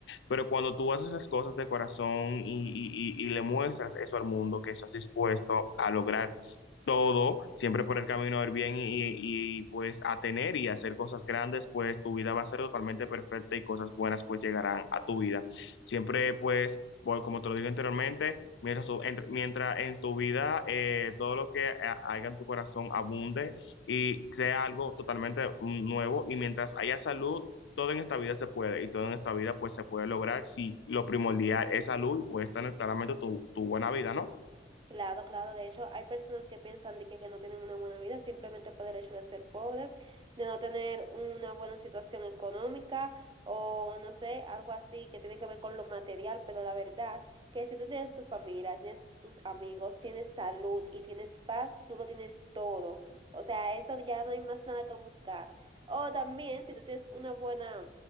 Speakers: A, on the left; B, on the right.
A: Pero cuando tú haces las cosas de corazón y, y, y- y le muestras eso al mundo, que estás dispuesto a lograr todo, siempre por el camino del bien y, y, pues a tener y hacer cosas grandes, pues tu vida va a ser totalmente perfecta y cosas buenas pues llegarán a tu vida. Siempre pues, bueno, como te lo dije anteriormente, mientras, tu- en, mientras en tu vida eh, todo lo que ha- haya en tu corazón abunde y sea algo totalmente nuevo y mientras haya salud, todo en esta vida se puede y todo en esta vida pues se puede lograr si lo primordial es salud y puedes tener claramente tu, tu buena vida, ¿no?
B: Claro, claro, de hecho hay personas que piensan de que, que no tienen una buena vida simplemente por el hecho de ser pobres, de no tener una buena situación económica o no sé, algo así que tiene que ver con lo material, pero la verdad que si tú tienes tu familia, tienes tus amigos, tienes salud y tienes paz, tú lo tienes todo. O sea, eso ya no hay más nada que buscar. O también si tú tienes una buena